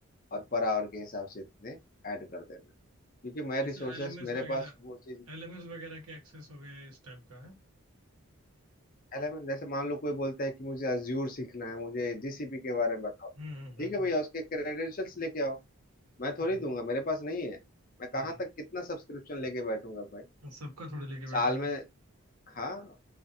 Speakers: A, on the left; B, on the right.
A: और पर आवर के हिसाब से इतने ऐड कर देना क्योंकि मैं
B: जैसे
A: रिसोर्सेस
B: एलएमएस
A: मेरे
B: वगैरह
A: पास वो चीज
B: एलएमएस वगैरह के एक्सेस हो गए इस टाइप का है
A: एलएमएस जैसे मान लो कोई बोलता है कि मुझे अज्यूर सीखना है मुझे जीसीपी के बारे में बताओ
B: हम्म हम्म
A: ठीक है
B: हम्म,
A: भैया उसके क्रेडेंशियल्स लेके आओ मैं थोड़ी
B: हम्म,
A: दूंगा मेरे पास नहीं है मैं
B: हाँ
A: कहाँ तक कितना सब्सक्रिप्शन लेके बैठूंगा भाई
B: सबका थोड़े लेके
A: साल
B: बैठेंगे
A: में हाँ